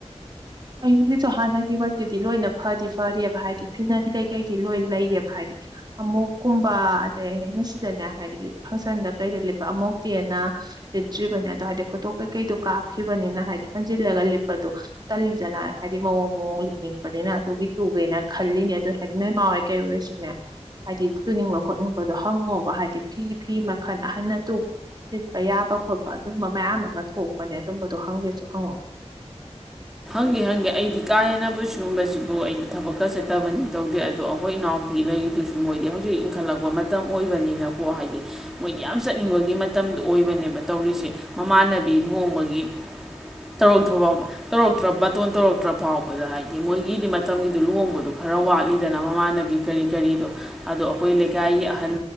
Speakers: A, on the right (about 35°); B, in the centre.
A: ꯑꯩꯒꯤꯁꯨ ꯍꯥꯟꯅꯒꯤꯃꯛꯇꯨꯗꯤ ꯂꯣꯏꯅ ꯐꯗꯤ ꯐꯔꯕ ꯍꯥꯏꯗꯤ ꯐꯤꯅꯟ ꯀꯩꯀꯩꯗꯤ ꯂꯣꯏ ꯂꯩꯌꯦꯕ ꯍꯥꯏꯗꯤ ꯑꯃꯨꯛꯀꯨꯝꯕ ꯑꯗꯩ ꯑꯩꯅ ꯑꯩꯅ ꯁꯤꯗꯅꯦ ꯍꯥꯏꯗꯤ ꯐꯪꯁꯟꯗ ꯀꯩꯗ ꯂꯤꯠꯄ ꯑꯃꯨꯛꯇꯦꯅ ꯂꯤꯠꯇ꯭ꯔꯤꯕꯅꯦ ꯑꯗꯣ ꯍꯥꯏꯗꯤ ꯐꯣꯇꯣ ꯀꯩꯀꯩꯗꯣ ꯀꯥꯞꯈꯤꯕꯅꯤꯅ ꯍꯥꯏꯗꯤ ꯍꯟꯖꯤꯜꯂꯒ ꯂꯤꯠꯄꯗꯣ ꯐꯖꯅ ꯍꯥꯏꯗꯤ ꯃꯑꯣꯡ ꯃꯑꯣꯡ ꯂꯤꯠꯅꯤꯡꯕꯅꯤꯅ ꯑꯗꯨꯒꯤ ꯇꯨꯒꯦꯅ ꯈꯜꯂꯤꯅꯦ ꯑꯗꯨ ꯍꯥꯏꯗꯤ ꯅꯣꯏꯃꯥ ꯍꯣꯏ ꯀꯩ ꯑꯣꯏꯔꯁꯨꯅꯦ ꯍꯥꯏꯗꯤ ꯇꯨꯅꯤꯡꯕ ꯈꯣꯠꯅꯤꯡꯕꯗꯣ ꯍꯪꯉꯣꯕ ꯍꯥꯏꯗꯤ ꯐꯤ ꯐꯤ ꯃꯈꯜ ꯑꯍꯟꯅ ꯇꯨ ꯂꯤꯠꯄ ꯌꯥꯕ ꯈꯣꯠꯄ ꯑꯗꯨꯝꯕ ꯃꯌꯥꯝ ꯑꯃ ꯊꯣꯛꯄꯅꯦ ꯑꯗꯨꯝꯕꯗꯣ ꯍꯪꯒꯦꯁꯨ ꯍꯪꯉꯣ
B: ꯍꯪꯒꯦ ꯍꯪꯒꯦ ꯑꯩꯗꯤ ꯀꯥ ꯍꯦꯟꯅꯕꯨ ꯁꯤꯒꯨꯝꯕꯁꯤꯕꯨ ꯑꯩꯗꯤ ꯊꯕꯛꯀ ꯆꯠꯇꯕꯅꯤ ꯇꯧꯗꯦ ꯑꯗꯣ ꯑꯩꯈꯣꯏ ꯏꯅꯥꯎꯄꯤ ꯂꯩꯔꯤꯗꯨꯁꯨ ꯃꯣꯏꯗꯤ ꯍꯧꯖꯤꯛ ꯏꯟꯈꯠꯂꯛꯄ ꯃꯇꯝ ꯑꯣꯏꯕꯅꯤꯅꯀꯣ ꯍꯥꯏꯗꯤ ꯃꯣꯏꯗꯤ ꯌꯥꯝ ꯆꯠꯅꯤꯡꯕꯒꯤ ꯃꯇꯝꯗꯣ ꯑꯣꯏꯕꯅꯦꯕ ꯇꯧꯔꯤꯁꯦ ꯃꯃꯥꯟꯅꯕꯤ ꯂꯨꯣꯡꯕꯒꯤ ꯇꯧꯔꯛꯇ ꯐꯥꯎꯕ ꯇꯧꯔꯛꯇ꯭ꯔ ꯕꯇꯣꯟ ꯇꯧꯔꯛꯇ꯭ꯔ ꯐꯥꯎꯕꯗ ꯍꯥꯏꯗꯤ ꯃꯣꯏꯒꯤꯗꯤ ꯃꯇꯝꯒꯤꯗꯨ ꯂꯨꯍꯣꯡꯕꯗꯣ ꯈꯔ ꯋꯥꯠꯂꯤꯗꯅ ꯃꯃꯥꯟꯅꯕꯤ ꯀꯔꯤ ꯀꯔꯤꯗꯣ ꯑꯗꯣ ꯑꯈꯣꯏ ꯂꯩꯀꯥꯏꯒꯤ ꯑꯍꯟ